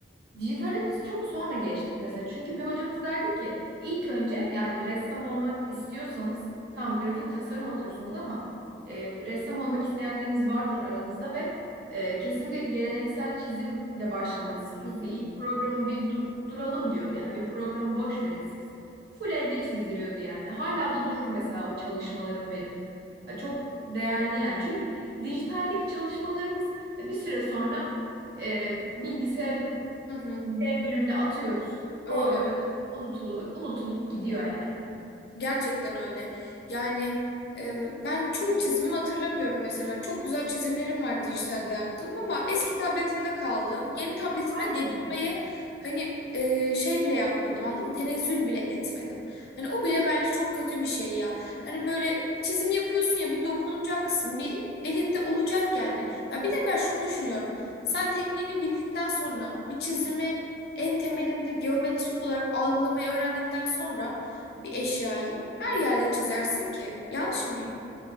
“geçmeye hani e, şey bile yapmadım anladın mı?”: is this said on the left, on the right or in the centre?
Left